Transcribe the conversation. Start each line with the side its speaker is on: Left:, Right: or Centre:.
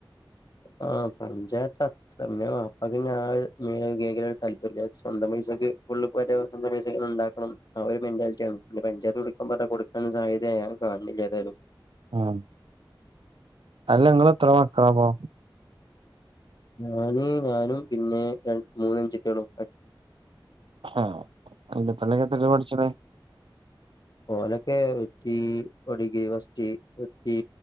Left: ആ പഞ്ചായത്ത് അത്ര പിന്നെ വാപ്പ പിന്നെ ആ മേഖല താല്പര്യല്ല സ്വന്ത സക്ക് ഫുള് പേര വെക്കുന്ന പൈസ ഉണ്ടാകണം ആ ഒരു മെന്റാലിറ്റിയാണ് പഞ്ചായത്ത് കൊടുക്കാൻ പറഞ്ഞാല് കൊടുക്കുന്ന സാഹചര്യ ഇതേ കാണില്ലതാനും
Right: ആഹ അല്ല നിങ്ങള് എത്ര മക്കള അപ്പോ
Left: ഞാനി ഞാനും പിന്നെ ര മൂന്നഅനുജത്തികളും
Right: ആഹ <unintelligible> എത്ര പഠിച്ചണേ
Left: ഓലൊക്കെ ഒത്തി ഒടുകി വസ്തി ഒത്തി